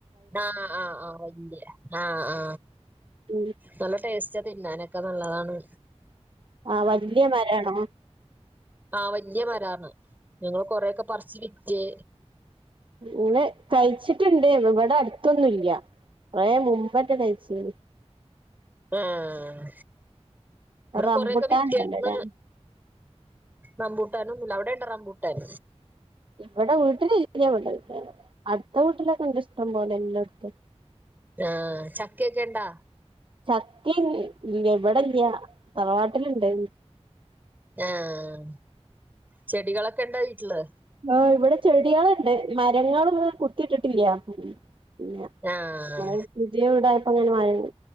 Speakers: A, on the right (about 15°); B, on the right (about 50°).
A: ആ ആആവലിയ ആ ആ
B: ഉം
A: നല്ല ടേസ്റ്റ് പച്ച തിന്നാനൊക്കെ നല്ലതാണ്
B: ആ വലിയ മരാണെ
A: ആ വലിയ മരാണ് ഞങ്ങൾ കൊറെക്കെ പറിച്ച് വി കെ
B: ങ്ങള് കഴിച്ചിട്ട്ണ്ട് ഇവിടെ അടുത്തൊന്നുംല്ല്യ കുറേ മുമ്പറ്റെ കഴിച്ച്
A: ആഹ് ഇവിടെ
B: റംബുട്ടാൻ
A: കൊറെയൊക്കെ വിറ്റർന്ന്
B: ഉണ്ടല്ലോല്ലേ
A: റമ്പൂട്ടാൻ ഒന്നുമില്ല അവിടെ ഉണ്ട റമ്പൂട്ടൻ
B: ഇവിടെ വീട്ടിലില്ല ഇവിടെ അടുത്ത വീട്ടിലൊക്കെ ഇണ്ട് ഇഷ്ടം പോലെ എല്ലടത്തും
A: ആ ചക്കയൊക്കെ ഇണ്ടാ
B: ചക്കിം ഇല്ല ഇവിടെല്ല തറവാട്ടിലുണ്ട്
A: ആഹ് ചെടികളൊക്കെ ഉണ്ടാ വീട്ടില്
B: ആ ഇവിടെ ചെടികളുണ്ട് മരങ്ങളൊന്നും കുത്തിട്ടിട്ടില്ല പിന്ന നമ്മള്
A: ആഹ്
B: പുതിയ വീടായപ്പോ അങ്ങനെ മര